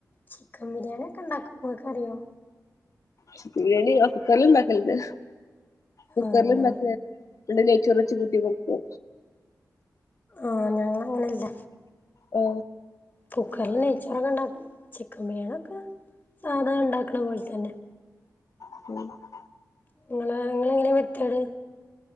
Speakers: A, on the left; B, on the left.
A: ചിക്കൻ ബിരിയാണി ഒക്കെ ഉണ്ടാക്കും. ഇങ്ങക്ക് അറിയോ?
B: ചിക്കൻ ബിരിയാണി ആ കുക്കറില് ഉണ്ടാക്കലുണ്ട്. കുക്കറിൽ
A: ആഹ് ഞാന്
B: ഇണ്ടാക്ക പിന്നെ നെയ്‌ച്ചോർ വെച്ച് കൂട്ടി കൊടുക്കു.
A: ആഹ ഞങ്ങള് അങ്ങനെല്ല.
B: ആ
A: കുക്കറില് നെയ്ച്ചറൊക്കെ ഉണ്ടാക്കും. ചിക്കൻ ബിരിയാണി ഒക്കെ സാധാ ഉണ്ടാക്കണ പോലെ തന്നെ.
B: <unintelligible>
A: നിങ്ങളെ നിങ്ങളെങ്ങനെ വെക്കല്.